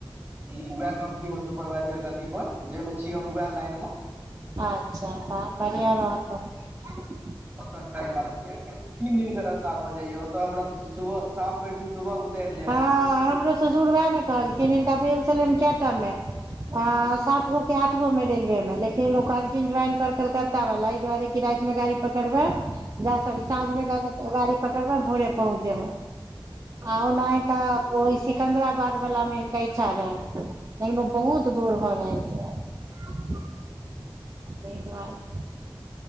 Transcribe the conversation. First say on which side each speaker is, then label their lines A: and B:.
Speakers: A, on the right; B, on the right.
A: जी वेएह कम्पनी म सुपरवाइजर क अथी पर जै मे छी हम वेएह लाइन म
B: अच्छा आब बढ़ियां रहत तऽ।
A: अपना टाइम मारत कियाकि तीन दिन के रस्ता भऽ जाइये ओतऽ हमरा सुबह शाम बैठु सुबह उतरि जेएत।
B: हँ हमरो ससुर वेएह ने कहलखिन हिनका भेल छलनि केए टा मे आ सात गो की आठ गो मे रेलवे मे लेकिन किन ओ कहलखिन ज्वाइन कर कलकत्ता बला अइ दुवारे कि राति मे गाड़ी पकड़मे जा सोरी साँझ मे ग- गा गाड़ी पकड़मे भोरे पहुंच जेमऽ। आ ओना हिनका ओइ सिकन्दराबाद बला मे हिनका इच्छा रहैन तइमे बहुत दूर भऽ जाइ छै।
A: ह
B: तै दुवारे।